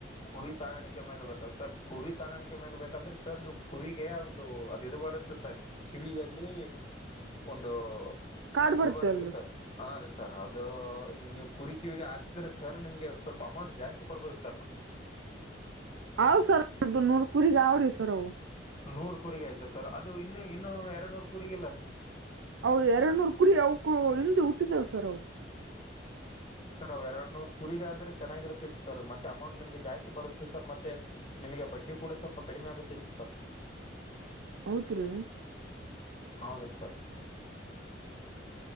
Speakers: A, on the left; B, on the right.
A: ಕುರಿ ಸಾಗಾಣಿಕೆ ಮ್ಯಾಗ ಬೇಕ ಸರ್ ಕುರಿ ಸಾಗಾಣಿಕೆ ಮ್ಯಾಗ ಬೇಕಂದ್ರೆ ಸರ್ ನೀವು ಕುರಿಗೆ ಒಂದು ಅದ ಇದು ಬರುದು. ಸರ್ ಕಿವಿಯಲ್ಲಿ ಒಂದು
B: ಕಾಡ್
A: ಅದು ಇದು ಬರುತ್ತೆ
B: ಅಲ್
A: ಸರ್ ಆ ರ ಸರ್ ಅದು ನೀವು ಕುರಿ ಕಿವಿಗೆ ಹಾಕ್ಸಿದ್ರೆ ಸರ್ ನಿಮ್ಗೆ ಸ್ವಲ್ಪ ಅಮೌಂಟ್ ಜಾಸ್ತಿ ಕೊಡ್ಬೋದು ಸರ್ ನಾವು
B: ಹ್ -ಸರ್ದು ನೂರ್ ಕುರಿಗ ಅವ್ರ ಸರ್ ಅವು.
A: ನೂರ್ ಕುರಿಗ ಆಯ್ತಾ ಸರ್ ಅದು ಇನ್ನು ಇನ್ನು ಎರಡ್ ನೂರು ಕುರಿಗ ಇಿಲ್ಲ
B: ಅವು ಎರಡು ನೂರ್ ಕುರಿ ಅವಕ ಹಿಂದ ಹುಟ್ಟಿದೇವು ಸರ್ ಅವು
A: <inaudible> ಸರ್ ಅವ ಎರಡ್ ನೂರ್ ಕುರಿಗ ಆದ್ರೆ ಚೆನ್ನಾಗಿರುತ್ತತಿತ್ತು ಸರ್ ಮತ್ತೆ ಅಮೌಂಟ್ ನಿಮ್ಗೆ ಜಾಸ್ತಿ ಬರುತ್ತತ್ತು ಸರ್ ಮತ್ತೆ. ನಿಮಗೆ ಬಡ್ಡಿ ಕೂಡ ಸ್ವಲ್ಪ ಕಡಿಮೆ ಆಗುತ್ತಿತ್ತು ಸರ್
B: ಹೌತ್- ರೀ
A: ಹೌದ್ರೀ ಸರ್